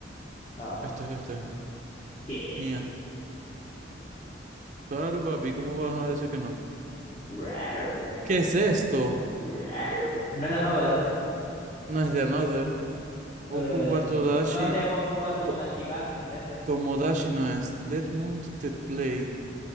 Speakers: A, on the left (about 30°); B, on the right (about 40°).
A: Ah,
B: Esto es este.
A: ¿Qué?
B: Mía. Claro, papi, ¿cómo vas a decir que no?
A: Rar.
B: ¿Qué es esto?
A: Rar. No es de Nover.
B: No es de Another.
A: Eh,
B: Boku wa Todashi.
A: no es de Boku wa Tomodachi
B: To-
A: ga, no es ese.
B: Tomodachi no es. Dead Moon Dead Play.